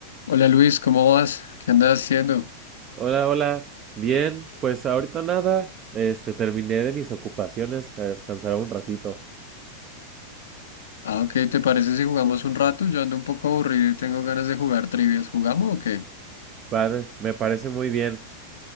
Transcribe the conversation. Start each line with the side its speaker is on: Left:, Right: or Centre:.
Left: Hola Luis, ¿cómo vas? ¿Qué andas haciendo?
Right: Hola, hola. Bien, pues ahorita nada. Este, terminé de mis ocupaciones. A descansar un ratito.
Left: Ah, ok, ¿te parece si jugamos un rato? Yo ando un poco aburrido y tengo ganas de jugar trivias. ¿Jugamos o qué?
Right: Vale, me parece muy bien.